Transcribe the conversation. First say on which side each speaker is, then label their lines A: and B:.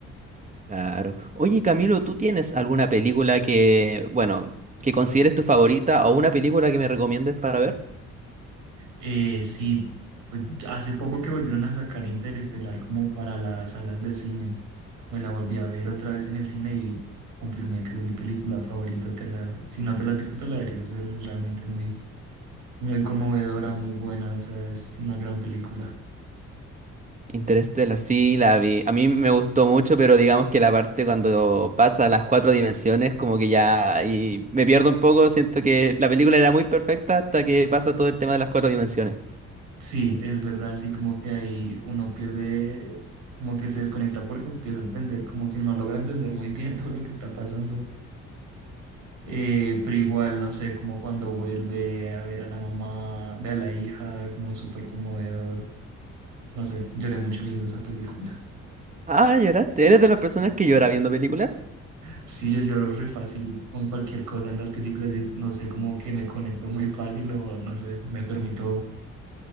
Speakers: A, on the right; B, on the right.
A: Claro. Oye, Camilo, ¿tú tienes alguna película que, bueno, que consideres tu favorita o una película que me recomiendes para ver?
B: Eh, sí, pues hace poco que volvieron a sacar Interestelar como para las salas de cine. Me la volví a ver otra vez en el cine y confirmé que es mi película favorita. Te la, si no te la has visto, te la deberías ver. Es realmente muy, muy conmovedora, muy buena. O sea, es una gran película.
A: Interstellar, sí, la vi. A mí me gustó mucho, pero digamos que la parte cuando pasa a las cuatro dimensiones, como que ya ahí me pierdo un poco. Siento que la película era muy perfecta hasta que pasa todo el tema de las cuatro dimensiones.
B: Sí, es verdad, así como que ahí uno pierde, como que se desconecta porque empieza a entender, como que no logra entender muy bien <laughs> todo lo que está pasando. Eh, pero igual, no sé, como cuando vuelve a ver a la mamá, ve a la hija, como súper conmovedor. No sé, lloré mucho viendo esa película.
A: Ah, lloraste. ¿Eres de las personas que llora viendo películas?
B: Sí, yo lloro re fácil con cualquier cosa en las películas, de- no sé, como que me conecto muy fácil o no sé, me permito,